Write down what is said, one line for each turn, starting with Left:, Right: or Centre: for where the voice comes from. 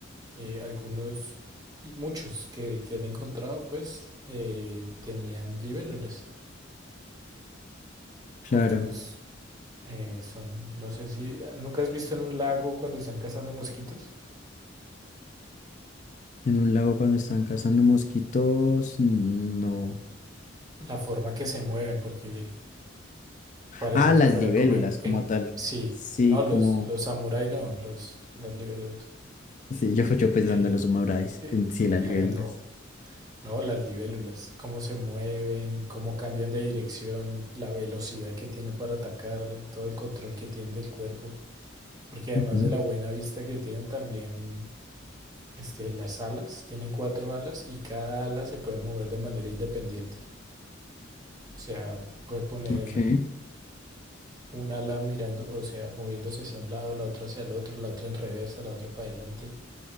Right: eh, algunos y muchos que, que han encontrado pues eh, tenían libélulas
Left: claro.
Right: porque pues eh, son no sé si nunca has visto en un lago cuando están cazando mosquitos
Left: En un lago cuando están cazando mosquitos, no.
Right: la forma que se mueven porque parece
Left: Ah, las
Right: que fueran
Left: libélulas
Right: como en,
Left: como
Right: en-
Left: tal.
Right: sí
Left: Sí,
Right: no los
Left: como...
Right: los samurái no los las libélulas
Left: Sí, yo, yo pensando
Right: Eh,
Left: en los Humabrais, en sí,
Right: <laughs>
Left: las libélulas.
Right: no No, las libélulas, cómo se mueven, cómo cambian de dirección, la velocidad que tienen para atacar, todo el control que tienen del cuerpo. Porque además
Left: Ujú.
Right: de la buena vista que tienen, también este, las alas, tienen cuatro alas y cada ala se puede mover de manera independiente. O sea, puede poner
Left: Ok,
Right: un ala mirando, o sea, moviéndose hacia un lado, la otra hacia el otro, la otra en reversa, la otra para adelante.